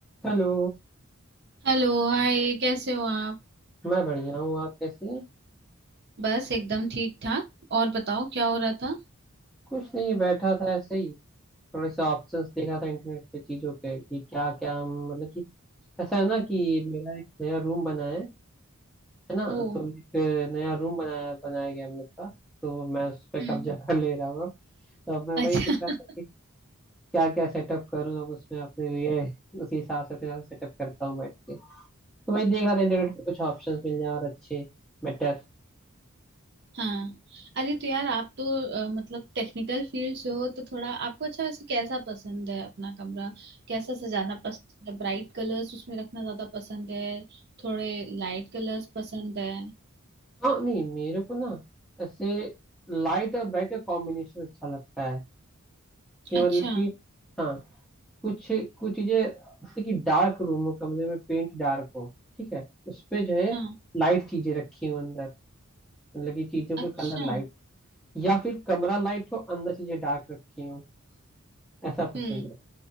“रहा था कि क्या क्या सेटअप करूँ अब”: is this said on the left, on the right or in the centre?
Centre